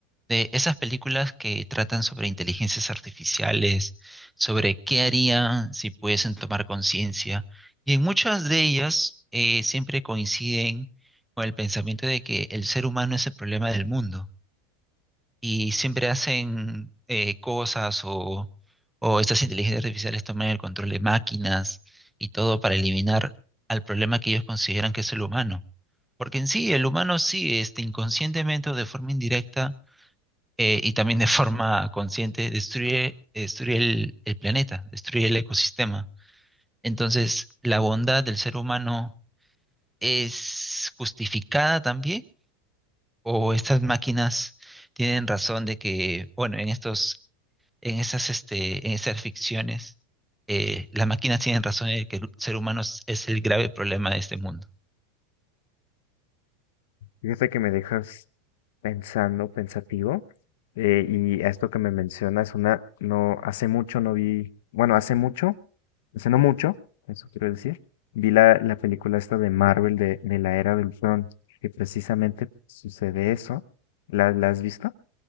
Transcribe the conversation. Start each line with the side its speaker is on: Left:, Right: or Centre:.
Centre: de esas películas que tratan sobre inteligencias artificiales, sobre qué harían si pudiesen tomar conciencia. Y en muchas de ellas eh, siempre coinciden con el pensamiento de que el ser humano es el problema del mundo y siempre hacen eh, cosas o, o estas inteligencias artificiales toman el control de máquinas y todo para eliminar al problema que ellos consideran que es el humano. Porque en sí, el humano sí, este, inconscientemente o de forma indirecta eh, y también de <laughs> forma consciente, destruye, destruye el, el planeta, destruye el ecosistema. Entonces, ¿la bondad del ser humano es justificada también? ¿O estas máquinas tienen razón de que, bueno, en estos en esas, este, en esas ficciones, eh, las máquinas tienen razón en que el ser humano es, es el grave problema de este mundo.
Left: Fíjate que me dejas pensando, pensativo. eh, y esto que me mencionas, una, no, hace mucho no vi, bueno, hace mucho, hace no mucho, eso quiero decir, vi la, la película esta de Marvel de, de la era del Ultron, que precisamente sucede eso. ¿La, la has visto?